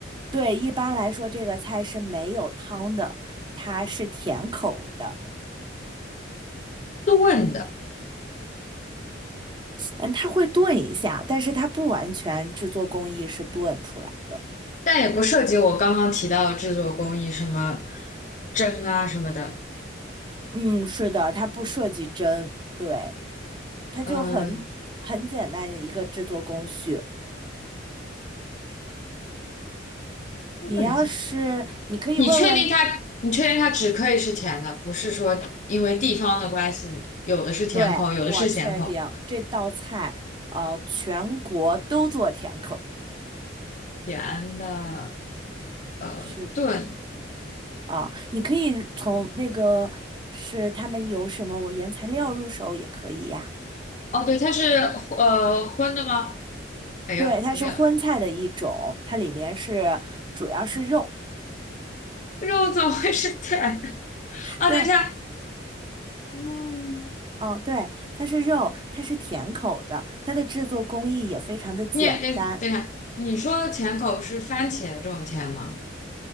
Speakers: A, on the right (about 25°); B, on the left (about 40°).
A: 对，一般来说这个菜是没有汤的，它是甜口儿的。
B: 炖的，
A: 嗯，它会炖一下，但是它不完全制作工艺是炖出来的。
B: 但也不涉及我刚刚提到的制作工艺，什么蒸啊什么的。
A: 嗯，是的，它不涉及蒸，对，它就很很简单的一个制作工序。
B: 嗯，问一下，
A: 你要是你可以问问。
B: 你确定它？你确定它只可以是甜的，不是说因为地方的关系，有的是甜口，
A: 对，
B: 有的是咸口。
A: 我确定这道菜，呃，全国都做甜口儿
B: 甜的，呃，
A: 是的
B: 炖。
A: 啊，你可以从那个是他们有什么我原材料入手也可以呀。
B: 哦，对，它是呃荤的吗？哎呦，
A: 对，它是荤菜的一种，
B: 有点
A: 它里面是主要是肉。
B: 肉怎么会是甜的？啊，
A: 对，
B: 等一下，嗯，
A: 哦，对，它是肉，它是甜口的，它的制作工艺也非常的简单。
B: 你也你等一下，你说的甜口是番茄这种甜吗？